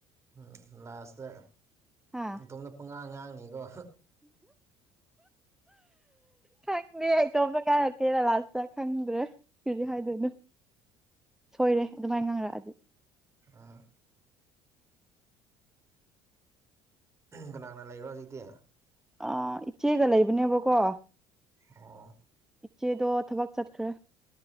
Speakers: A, on the right; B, in the centre.
A: ꯎꯝ ꯂꯥꯁꯇ
B: ꯍꯥ
A: ꯑꯣꯝꯅ ꯄꯨꯡꯉꯥꯡ ꯉꯥꯡꯅꯤꯀꯣ
B: ꯈꯪꯗꯦ ꯑꯩ ꯇꯣꯝꯕ ꯀꯥꯏꯔꯛꯀꯦꯔ ꯂꯛ ꯆ ꯈꯪꯗ꯭ꯔꯦ ꯀꯤꯔꯦ ꯍꯥꯏꯗꯣꯏꯅꯨ ꯁꯣꯏꯔꯦ ꯑꯗꯨꯃꯥꯏꯅ ꯉꯪꯔꯛꯑꯗꯤ
A: ꯑꯥ ꯀꯅꯥꯅꯥ ꯂꯩꯔꯣ ꯍꯧꯖꯤꯛꯇꯤ
B: ꯑꯥ ꯏꯆꯦꯒ ꯂꯩꯕꯅꯦꯕꯀꯣ
A: ꯑꯣ
B: ꯆꯦꯗꯣ ꯊꯕꯛ ꯆꯠꯈ꯭ꯔꯦ